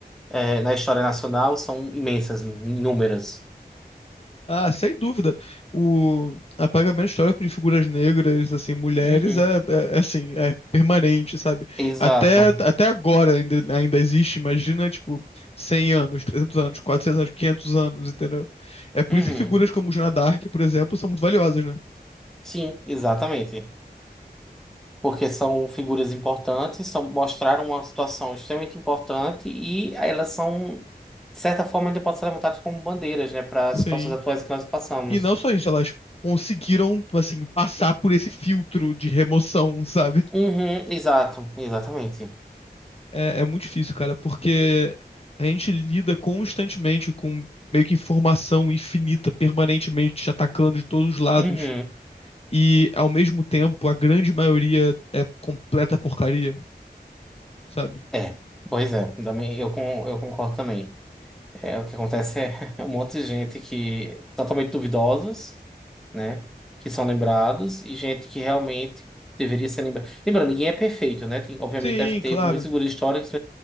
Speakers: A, in the centre; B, on the left (about 35°).
A: é, na história nacional, são imensas, inúmeras.
B: Ah, sem dúvida. O apagamento histórico de figuras negras, assim, mulheres,
A: Uhum.
B: é, é- é assim, é permanente, sabe?
A: Exato.
B: Até, até agora ainda, ainda existe, imagina, tipo, 100 anos, 300 anos, 400 anos, 500 anos, entendeu? É por
A: Uhum.
B: isso que figuras como Joana d'Arc, por exemplo, são muito valiosas, né?
A: Sim, exatamente. porque são figuras importantes, são, mostraram uma situação extremamente importante e elas são, de certa forma, ainda podem ser levantadas como bandeiras, né, para as situações
B: Sim.
A: atuais que nós passamos.
B: E não só isso, elas conseguiram, assim, passar por esse filtro de remoção, sabe?
A: Uhum, exato, exatamente.
B: É, é muito difícil, cara, porque a gente lida constantemente com meio que informação infinita, permanentemente te atacando de todos os lados.
A: Uhum,
B: E, ao mesmo tempo, a grande maioria é completa porcaria, sabe?
A: é, pois é, também, eu, con- eu concordo também. É, o que acontece é <laughs> um monte de gente que totalmente duvidosos, né, que são lembrados e gente que realmente deveria ser lembrada. Lembrando, ninguém é perfeito, né? Tem- obviamente
B: Sim,
A: deve ter
B: claro.
A: muitas figuras históricas,